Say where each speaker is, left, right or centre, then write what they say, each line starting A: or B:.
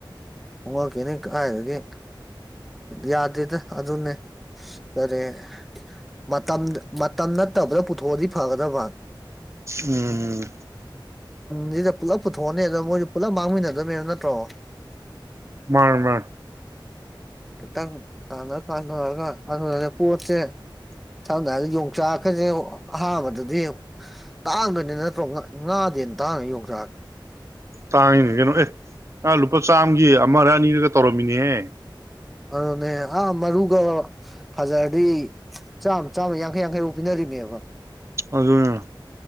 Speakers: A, in the centre; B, on the right.
A: ꯍꯣꯡꯉꯛꯀꯦꯅꯤ ꯀꯗꯥꯥꯏꯗꯒꯤꯦ ꯌꯥꯗꯦꯗ ꯑꯗꯨꯅꯦ ꯀꯔꯤ ꯃꯇꯝ ꯃꯇꯝ ꯅꯠꯇꯕꯗ ꯄꯨꯊꯣꯛꯑꯗꯤ ꯐꯒꯗꯕ
B: ꯎꯝ ꯎꯝ
A: ꯁꯤꯗ ꯄꯨꯂꯞ ꯄꯨꯊꯣꯛꯑꯅꯦ ꯑꯗ ꯃꯣꯏꯁꯨ ꯄꯨꯜꯂꯞ ꯃꯥꯡꯃꯤꯟꯅꯗꯕꯅꯦꯕ ꯅꯠꯇ꯭ꯔꯣ
B: ꯃꯥ ꯃꯥ
A: ꯈꯤꯇꯪ ꯀꯥꯟ ꯀꯔꯒ ꯄ‌ꯣꯠꯁ‌ꯦ ꯁꯝꯅ ꯍꯥꯏꯏꯗ ꯌꯣꯡꯆꯥꯛꯀꯁꯦ ꯑꯍꯥꯟꯕꯗꯗꯤ ꯇꯥꯡꯗ‌ꯣꯏꯅꯤ ꯅꯇ꯭ꯔ‌ꯣ ꯉꯥꯗꯩꯅ‌ꯦꯟ ꯇꯥꯡ ꯌꯣꯡꯆꯥꯛꯁꯤ
B: ꯇꯥꯡꯉꯤꯅꯤ ꯀꯩꯅꯣ ꯑꯦ ꯂꯨꯞ ꯂꯨꯄꯥ ꯆꯥꯝꯃꯒꯤ ꯑꯃꯔ ꯑꯅꯤꯔꯒ ꯇꯧꯔꯝꯃꯤꯅꯤꯍ‌ꯦ
A: ꯑꯗꯨꯅꯦ ꯑꯥ ꯃꯔꯨꯒ ꯐꯖꯔꯗꯤ ꯆꯥꯃ ꯌꯥꯡꯈꯩ ꯌꯥꯡꯈꯩꯐꯥꯎ ꯄꯤꯅꯔꯤꯅꯦꯕ
B: ꯑꯗꯨ ꯑꯗꯨ